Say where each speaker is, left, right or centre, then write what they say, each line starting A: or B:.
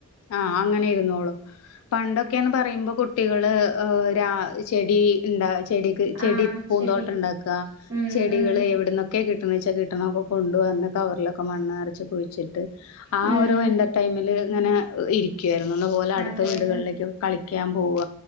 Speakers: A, on the left; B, on the right.
A: ആഹ് അങ്ങനെ ഇരുന്നോളു പണ്ടൊക്കെന്ന് പറയുമ്പോ കുട്ടികള് ഒരാ ചെടിണ്ടാ ചെടിക്ക് ചെടി
B: ആഹ്
A: പൂന്തോട്ടം
B: ചെടി
A: ണ്ടാക്ക
B: ഉം
A: ചെടികള്
B: ഉം
A: എവിടുന്നൊക്കെ കിട്ടണന്ന് വെച്ചാ കിട്ടണ കിട്ട്ണ കൊണ്ടുവന്ന് കവറിലൊക്കെ മണ്ണ് നറച്ച് കുഴിച്ചിട്ട് ആ
B: ഉം
A: ഒരു എന്റെ ടൈമില് ഇങ്ങനെ ഇരിക്കുവായിരുന്നു അന്നതു പോലെ അടുത്ത
B: അതെ
A: വീടുകളിലേക്കൊ
B: അതെ
A: കളിക്കാൻ പോവ